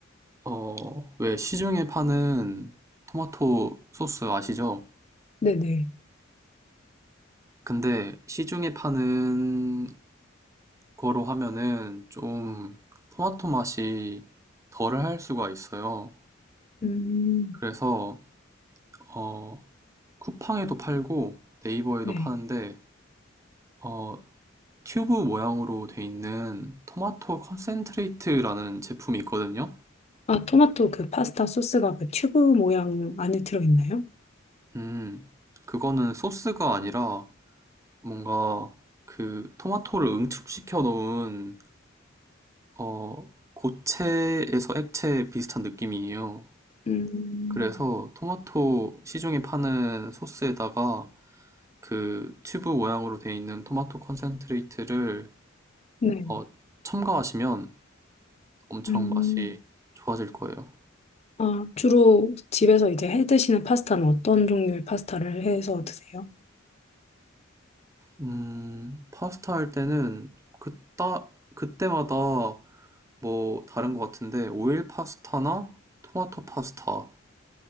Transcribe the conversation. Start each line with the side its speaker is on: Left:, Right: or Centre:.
Right: 어, 왜 시중에 파는 토마토 소스 아시죠?
Left: 네네.
Right: 근데 시중에 파는 거로 하면은 좀 토마토 맛이 덜할 수가 있어요.
Left: 음,
Right: 그래서, 어, 쿠팡에도 팔고 네이버에도
Left: 네.
Right: 파는데, 어, 튜브 모양으로 돼 있는 토마토 컨센트레이트라는 제품이 있거든요.
Left: 아, 토마토 그 파스타 소스가 그 튜브 모양 안에 들어있나요?
Right: 음, 그거는 소스가 아니라 뭔가 그 토마토를 응축시켜 놓은 어, 고체에서 액체 비슷한 느낌이에요.
Left: 음,
Right: 그래서 토마토 시중에 파는 소스에다가 그 튜브 모양으로 돼 있는 토마토 컨센트레이트를
Left: 네.
Right: 어, 첨가하시면 엄청
Left: 음.
Right: 맛이 좋아질 거예요.
Left: 아, 주로 집에서 이제 해 드시는 파스타는 어떤 종류의 파스타를 해서 드세요?
Right: 음, 파스타 할 때는 그따, 그때마다 뭐 다른 것 같은데 오일 파스타나 토마토 파스타,